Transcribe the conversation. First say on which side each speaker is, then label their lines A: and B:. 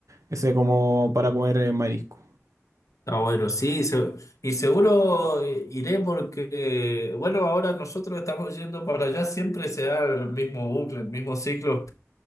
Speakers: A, on the right; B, on the left.
A: Ese como para comer eh, marisco.
B: Está bueno, sí, se- y seguro iré porque, bueno, ahora nosotros estamos yendo para allá, siempre se da el mismo bucle, el mismo ciclo.